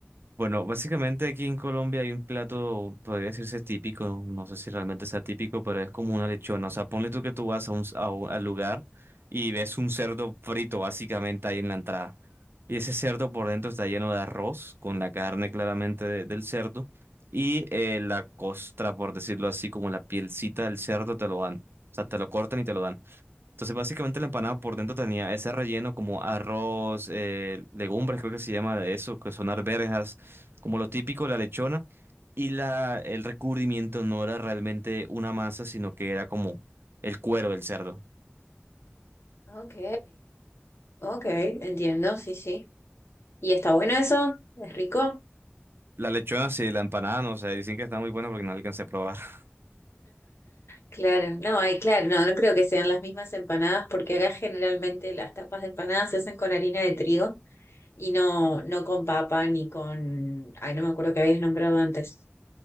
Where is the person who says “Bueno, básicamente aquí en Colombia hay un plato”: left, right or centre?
Right